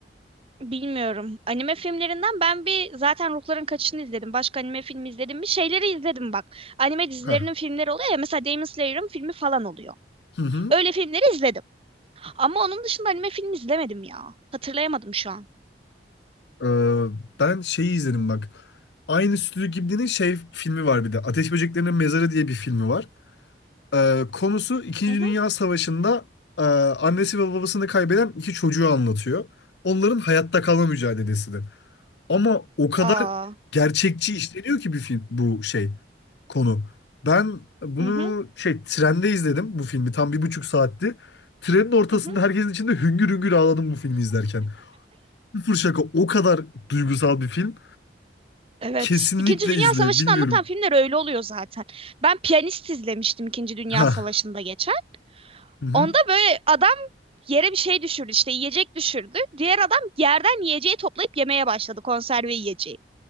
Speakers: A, on the right (about 30°); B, on the left (about 70°).
A: Bilmiyorum. Anime filmlerinden ben bir zaten Ruhların Kaçışı'nı izledim. Başka anime filmi izledim mi? Şeyleri izledim bak. Anime dizilerinin
B: Ha.
A: filmleri oluyor ya. Mesela Demon Slayer'ın filmi falan oluyor.
B: Hı hı.
A: Öyle filmleri izledim. Ama onun dışında anime filmi izlemedim ya. Hatırlayamadım şu an.
B: Ee, ben şeyi izledim bak. Aynı Stüdyo Ghibli'nin şey filmi var bir de. Ateş Böceklerinin Mezarı diye bir filmi var. Ee, konusu İkinci
A: Hı hı.
B: Dünya Savaşı'nda e, annesi ve babasını kaybeden iki çocuğu anlatıyor. Onların hayatta kalma mücadelesi de. Ama o kadar
A: Aa.
B: gerçekçi işleniyor ki bir film bu şey konu. Ben bunu
A: Hı hı.
B: şey trende izledim bu filmi tam bir buçuk saatti. Trenin ortasında
A: Hı hı.
B: herkesin içinde hüngür hüngür ağladım bu filmi izlerken. Sıfır şaka o kadar duygusal bir film.
A: Evet.
B: Kesinlikle
A: İkinci Dünya
B: izle.
A: Savaşı'nı
B: Bilmiyorum.
A: anlatan filmler öyle oluyor zaten. Ben Piyanist izlemiştim İkinci Dünya
B: Ha.
A: Savaşı'nda geçen.
B: Hı hı.
A: Onda böyle adam yere bir şey düşürdü işte yiyecek düşürdü. Diğer adam yerden yiyeceği toplayıp yemeye başladı konserve yiyeceği.